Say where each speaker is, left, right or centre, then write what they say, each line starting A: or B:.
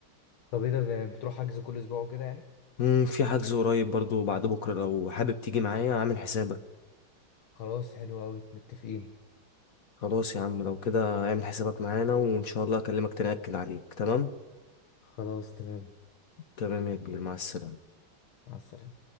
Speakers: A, on the left; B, on the left.
A: طب ايه ده ده بتروح حجز كل اسبوع وكده يعني
B: امم في حجز قريب برضه بعد بكرة لو حابب تيجي معايا اعمل حسابك
A: خلاص حلو قوي متفقين
B: خلاص يا عم لو كده اعمل حسابك معانا وان شاء الله اكلمك تاني اكد عليك تمام
A: خلاص تمام
B: تمام يا كبير مع السلامة
A: مع السلامة